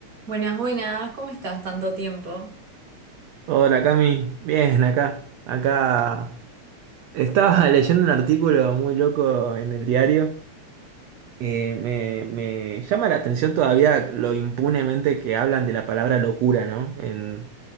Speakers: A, on the right; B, on the right.
A: Buenas, buenas, ¿cómo estás? Tanto tiempo.
B: Hola Cami, bien acá, acá estaba <laughs> leyendo un artículo muy loco en el diario. Eh, me, me llama la atención todavía lo impunemente que hablan de la palabra locura, ¿no? En,